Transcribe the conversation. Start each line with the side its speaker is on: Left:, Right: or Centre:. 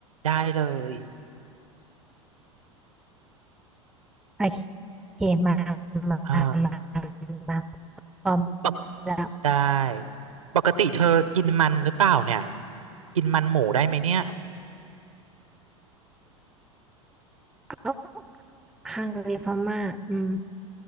Right: ได้เลย
Centre: โอเคมามามา
Right: อ่า
Centre: มาพร้อม
Right: ปก
Centre: แล้ว
Right: ได้ปกติเธอกินมันหรือเปล่าเนี่ยกินมันหมูได้ไหมเนี่ย
Centre: เอาฮังการีพม่าอืม